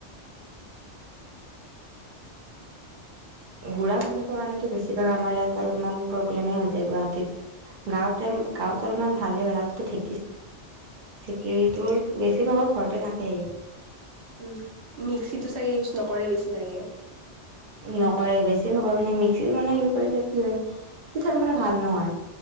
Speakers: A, on the right; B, on the right.
A: গুড়া খুন্দিবৰ কাৰণেতো বেছিভাগ আমাৰ ইয়াত অলপমান প্ৰব্লেমেই হৈ যায় গুৱাহাটীত। গাঁৱতে গাঁওতো অলপমান ভালে হয় তাতো ঢেকিছে ঢ়েকীটো বেছি ভাগৰ ঘৰতে থাকেই।
B: উম, মিক্সিতটো চাগে ইউজ নকৰে বেছিভাগে।
A: নকৰে বেছি খাবৰ মানে মিক্সিত মানে ই কৰিলে কি হয়। পিঠাটো মানে ভাল নহয়,